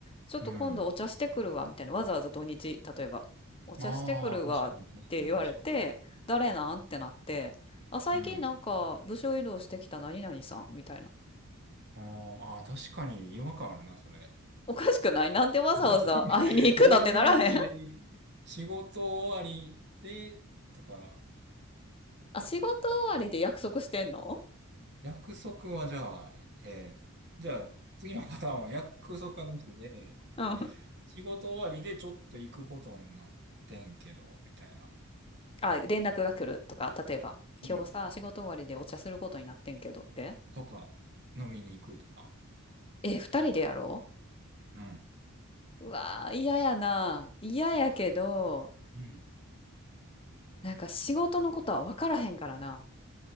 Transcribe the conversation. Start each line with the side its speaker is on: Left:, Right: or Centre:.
Left: ちょっと今度お茶してくるわ、
Right: うん。
Left: みたいな。わざわざ土日、例えば、お茶してくるわって言われて、
Right: ああ、確かに、確かに、確か
Left: 誰なんってなって、あ、最近なんか部署移動してきた何々さん、
Right: に。うん。
Left: みたいな。
Right: ああああ確かに違和感あるな、それ。
Left: おかしくないなんでわざわざ会いに行くのってならへん
Right: <laughs> うん休みの日に仕事終わりで、とか、
Left: あ、仕事終わりで約束してんの
Right: 約束はじゃあ、えーじゃあ、次のパターンは約束はなしで、
Left: うん。
Right: 仕事終わりでちょっと行くことになってんけど、みたいな。
Left: あ、連絡が来るとか、例えば、
Right: うん。
Left: 今日さ、仕事終わりでお茶することになってんけどって。
Right: とか、飲みに行くとか。
Left: え、二人でやろう
Right: うん。
Left: うわー、嫌やな。嫌やけど、
Right: まあ、うん。
Left: なんか仕事のことは分からへんからな。